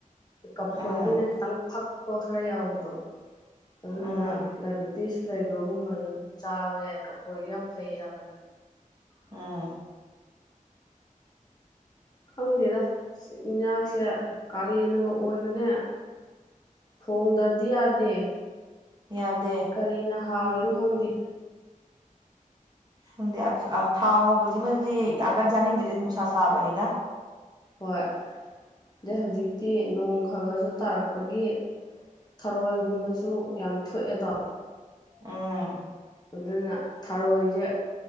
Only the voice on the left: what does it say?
ꯀꯐꯣꯏꯒꯤꯅ
ꯈꯤꯇꯪ ꯐꯛꯄ ꯈꯔ ꯌꯥꯎꯕꯗꯣ ꯑꯗꯨꯗꯨꯅ
ꯗꯥꯏꯕꯦꯇꯤꯁ ꯂꯩꯕꯒꯨꯝꯕꯁꯨ ꯑꯗꯨꯝ ꯆꯥꯕ ꯌꯥꯏ ꯀꯐꯣꯏꯁꯨ ꯌꯥꯝ ꯐꯩ ꯍꯥꯏꯕꯅꯤ
ꯈꯪꯗꯦꯗ ꯏꯤꯟꯖꯥꯛꯁꯦ ꯀꯥꯂꯦꯟꯅꯒ ꯑꯣꯏꯕꯅꯦ ꯊꯣꯡꯗꯗꯤ ꯌꯥꯗꯦ
ꯀꯔꯤꯅ ꯍꯥꯎꯔꯤꯅꯣ ꯈꯪꯗꯦ
ꯍꯣꯏ ꯗꯩ ꯍꯧꯖꯤꯛꯇꯤ ꯅꯣꯡ ꯈꯒꯁꯨ ꯇꯥꯔꯛꯄꯒꯤ ꯊꯔꯣꯏꯒꯨꯝꯕꯁꯨ ꯌꯥꯝ ꯊꯣꯛꯑꯦꯗꯣ
ꯑꯗꯨꯅ ꯊꯔꯣꯏꯁꯦ